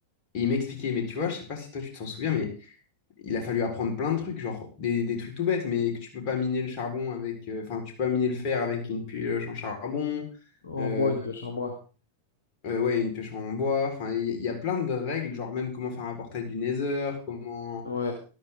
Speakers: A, on the left (about 40°); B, on the left (about 65°).
A: Et ils m'expliquaient, mais tu vois, je sais pas si toi tu t'en souviens, mais il a fallu apprendre plein de trucs, genre des, des trucs tout bêtes, mais que tu peux pas miner le charbon avec, euh, enfin, tu peux pas miner le fer avec une pioche en charbon,
B: en
A: euh,
B: bois, une pioche en bois.
A: euh, ouais, une pioche en bois, enfin, il y, a il y a plein de règles, genre même comment faire un portail du Nether, comment.
B: Ouais.